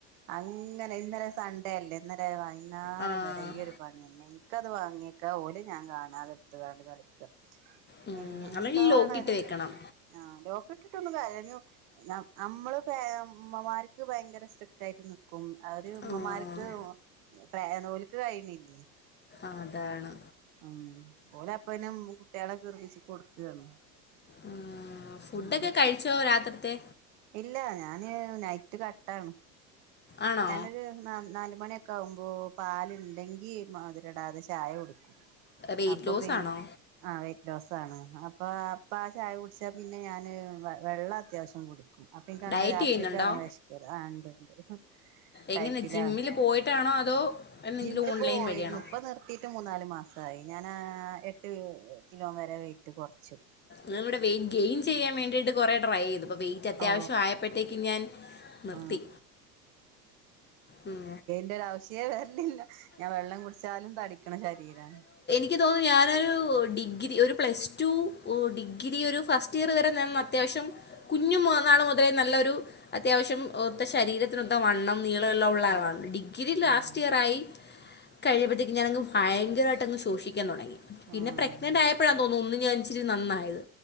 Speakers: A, on the right; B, on the left.
A: അങ്ങനെ ഇന്നലെ സൺഡേല്ലേ ഇന്നേലേ വൈന്നേരം
B: ആ
A: വരെ ഈ ഒരു പണിന്നെ എനിക്കത് വാങ്ങിക്കാ ഓലെ ഞാൻ കാണാതെ എടുത്ത്ണ്ട് കളിക്ക്യ
B: ഉം
A: ഏഹ് എന്താണരു
B: അല്ലെങ്കിൽ ലോക്കിട്ട് വെക്കണം
A: ആഹ് ലോക്ക് ഇട്ടിട്ടൊന്ന് കരഞ്ഞു നം അമ്മള് അമ്മമാർക്ക് ഭയങ്കര സ്ട്രിക്ടായിട്ട് നി ക്കും അവര് ഉമ്മമാർക്ക്
B: ആഹ്
A: പ്ര നോൽക്ക് കഴിയിണ്ല്ല്യെ
B: അതാണ്.
A: ഉം ഓലെ അപ്പനും കുട്ടികളെ കെർവിച്ചി കൊടുക്കാണ്
B: അഹ് ഫുഡൊക്കെ
A: ഉം
B: കഴിച്ചോ രാത്രിത്തെ
A: ഇല്ല ഞാന് നൈറ്റ് കട്ടാണ്
B: ആണോ
A: ഞാനൊരു ന നാലുമണി ക്കാവുമ്പോ പാലുണ്ടെങ്കി മതിരടാതെ ചായടിക്കും
B: വെയിറ്റ്
A: അപ്പൊ
B: ലോസ്
A: പി
B: ആണോ
A: ആഹ് വെറ്റ് ലോസണ് അപ്പൊ അപ്പ ആഹ് ചായ കുടിച്ചാ പിന്നെ ഞാന് വെള്ളം അത്യാവശ്യം കുടി ക്കും അപ്പൊ എനിക്ക അങ്ങനെ
B: ഡയറ്റ്
A: രാത്രിക്കെ
B: ചെയ്യുന്നുണ്ടോ
A: അങ്ങനെ വെശകൂല ആഹ് ഇണ്ട് ഇണ്ട് ഡയറ്റിലാണ്
B: എങ്ങനെ ജിമ്മിൽ പോയിട്ടാണോ അതോ എന്തെങ്കിലും
A: ജിമ്മില്
B: ഓൺലൈൻ
A: പോയിരുന്നു
B: വഴിയാണോ
A: ഇപ്പ നിർ ത്തിട്ട് മൂന്നാല് മാസയി ഞാൻ എട്ട് കിലോ വരെ വെയിറ്റ് കൊർച്ചു
B: ഞാൻ ഇവിടെ വെയ്റ്റ് ഗെയിൻ ചെയ്യാൻ വേണ്ടീട്ട് കുറെട്ടം ട്രൈ ചെയ്തു ഇപ്പം വെയറ്റ് അത്യാവശ്യം
A: ഓ
B: ആയപ്പോത്തേക്ക് ഞാൻ നിർത്തി
A: ആ
B: ഉം.
A: ഒര് അവശ്യേ വരണ്ടില്ല ഞാൻ വെള്ളം കുടിച്ചാലും തടിക്കണ ശരീരാണ്
B: എനിക്ക്തോന്നു ഞാനൊരു ഡിഗ്രി ഒരു പ്ലസ് ടു ഡിഗ്രി ഒരു ഫസ്റ്റ് ഇയർ വരെ നിന്ന് അത്യാവശ്യം. കുഞ്ഞുന്നാള് മുതൽ നല്ലൊരു അത്യാവശ്യം ഒത്ത ശരീരത്തിനൊത്ത വണ്ണം. നീളള്ള ഉള് ആളാണ്
A: ഉം
B: ഡിഗ്രി ലാസ്റ്റ്
A: ആ
B: ഇയറായി കഴിബോത്തേക്ക് ഞാനങ് ഭയങ്കരട്ടങ് ശോഷിക്കാൻ തൊടങ്ങി
A: ആഹ്
B: പിന്നെ പ്രെഗ്നെന്റ് ആയ അപ്പോഴാ തോന്നുന്നു ഒന്ന് ഞാൻ ഇപ്പഴാ തോന്ന് ഒന്ന് ഞാനിച്ചിരി നന്നായത്